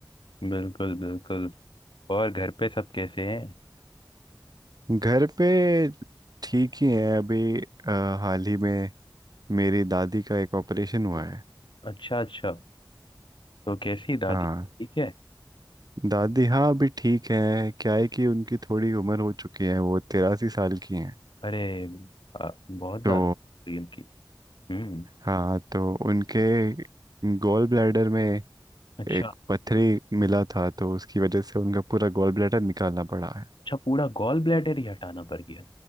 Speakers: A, on the left; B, on the right.
A: बिल्कुल बिल्कुल और घर पे सब कैसे हैं
B: घर पे ठीक ही है अभी अ, हाल ही में मेरी दादी का एक ऑपरेशन हुआ है
A: अच्छा अच्छा तो कैसी दादी
B: हाँ
A: ठीक है
B: दादी हाँ अभी ठीक है क्या है कि उनकी थोड़ी उम्र हो चुकी है वो तिरासी साल की हैं
A: अरे आ, बहुत ज्यादा
B: तो
A: हुई उनकी हम्म
B: हाँ तो उनके गॉल ब्लैडर में एक
A: अच्छा
B: पथरी मिला था तो उसकी वजह से उनका पूरा गॉल ब्लैडर निकालना पड़ा है
A: अच्छा पूरा गॉल ब्लैडर ही हटाना पड़ गया